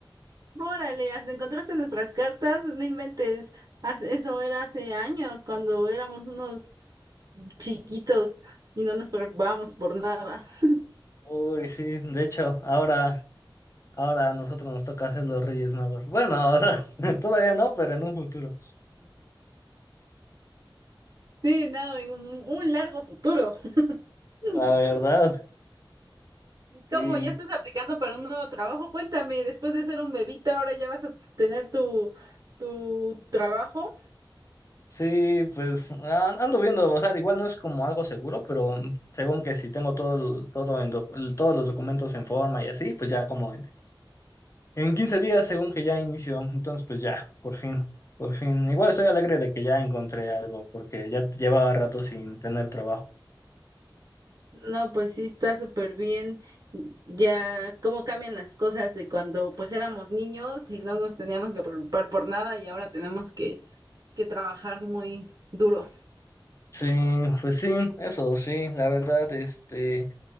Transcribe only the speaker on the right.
órale, hasta encontraste nuestras cartas, no inventes, Haz- eso era hace años, cuando éramos unos chiquitos y no nos preocupábamos por nada. <laughs>
Sí, nada, en un un largo futuro. <laughs>
¿Y cómo
ya estás aplicando para un nuevo trabajo? Cuéntame, después de ser un bebito, ahora ya vas a tener tu, tu trabajo.
No, pues sí, está súper bien. Ya cómo cambian las cosas de cuando pues éramos niños y no nos teníamos que preocupar por nada y ahora tenemos que, que trabajar muy duro.